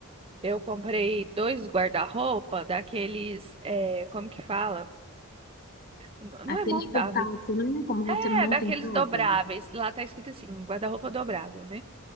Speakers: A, on the right; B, on the left.
A: eu comprei dois guarda-roupa daqueles, é, como que fala? N- Não
B: Aqueles
A: é montável.
B: portáteis, né? Como você
A: É,
B: monta
A: daqueles
B: em casa.
A: dobráveis. Lá tá escrito assim, guarda-roupa dobrável, né?